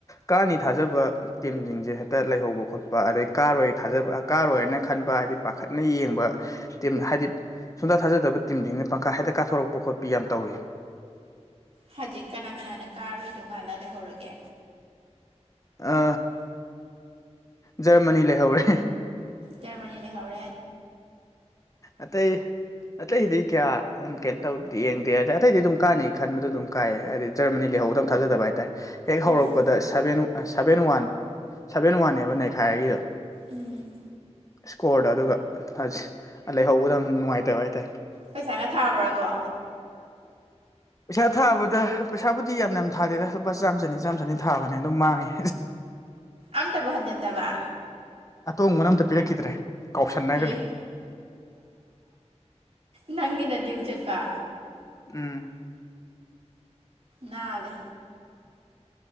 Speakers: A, on the left; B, on the right.
A: ꯀꯥꯅꯤ ꯊꯥꯖꯕ ꯇꯤꯝꯁꯤꯡꯁꯦ ꯍꯦꯛꯇ ꯂꯩꯍꯧꯕ ꯈꯣꯠꯄ ꯈꫭꯠ ꯑꯗꯩ ꯀꯥꯔꯣꯏ ꯊꯥꯖꯕ ꯀꯥꯔꯣꯏꯅ ꯈꯟꯕ ꯍꯥꯏꯗꯤ ꯄꯥꯈꯠ ꯅ ꯌꯦꯡꯕ ꯇꯤꯝ ꯍꯥꯏꯗꯤ ꯁꯨꯡꯊꯥ ꯊꯥꯖꯗꯕ ꯇꯤꯝꯁꯤꯡꯅ ꯄꯪꯀꯥ ꯍꯦꯛꯇ ꯀꯥꯊꯣꯔꯛꯄ ꯈꯣꯠꯄ ꯌꯥꯝ ꯇꯧꯏ
B: ꯍꯧꯖꯤꯛ ꯀꯅꯥ ꯀꯅꯥꯅ ꯀꯥꯔꯔꯣꯏꯗꯧꯕ ꯃꯥꯜꯂꯥ ꯂꯩꯍꯧꯔꯒꯦ
A: ꯑ ꯖꯔꯃꯅꯤ ꯂꯩꯍꯧꯔꯦ
B: ꯖꯔꯃꯅꯤ ꯂꯩꯍꯧꯔꯦ
A: ꯑꯇꯩ ꯑꯇꯩꯗꯤ ꯀꯌꯥ ꯀꯩꯅꯣ ꯇꯧꯗꯤ ꯌꯦꯡꯗꯦ ꯑꯗ ꯑꯇꯩꯗꯤ ꯑꯗꯨꯝ ꯀꯥꯅꯤ ꯈꯟꯕꯗ ꯑꯗꯨꯝ ꯀꯥꯏꯌꯦ ꯍꯥꯏꯗꯤ ꯖꯔꯃꯅꯤ ꯂꯩ ꯂꯩꯍꯧꯗꯝ ꯊꯥꯖꯗꯕ ꯍꯥꯏꯇꯥꯌ‌ꯦ ꯍꯦꯛ
B: ꯎꯝ
A: ꯍꯧꯔꯛꯄꯗ ꯁꯚꯦꯟ ꯁꯚꯦꯟ ꯋꯥꯟ ꯁꯚꯦꯟ ꯋꯥꯟꯅꯦꯕ ꯅꯩꯈꯥꯏꯔꯤꯗꯣ
B: ꯎꯝ
A: ꯏꯁꯀꯣꯔꯗ ꯑꯗꯨꯒꯍꯁ ꯂꯩꯍꯧꯕꯗ ꯅꯨꯡꯉꯥꯏꯇꯕ ꯍꯥꯏꯇꯥꯔꯦ
B: ꯄꯩꯁꯥꯒ ꯊꯥꯕ꯭ꯔꯕꯣ
A: ꯄꯩꯁꯥ ꯊꯥꯕꯗ ꯄꯩꯁꯥꯕꯨ ꯀꯤ ꯌꯥꯝ ꯌꯥꯝ ꯊꯥꯗꯦꯗ ꯂꯨꯄꯥ ꯆꯥꯝ ꯆꯅꯤ ꯆꯥꯝ ꯆꯅꯤ ꯊꯥꯕꯅꯦ ꯑꯗꯨꯝ ꯃꯥꯡꯉꯦ
B: ꯑꯝ ꯇꯕ ꯍꯟꯖꯦꯟꯗꯕ
A: ꯑꯇꯣꯡꯕꯅ ꯑꯝꯇ ꯄꯤꯔꯛꯈꯤꯗ꯭ꯔꯦ ꯀꯥꯎꯁꯟꯅꯒꯔꯦ
B: ꯏ ꯅꯪꯒꯤꯅ ꯗꯤꯌꯨ ꯆꯠꯄ
A: ꯎꯝ
B: ꯅꯥꯜꯂ‌ꯦ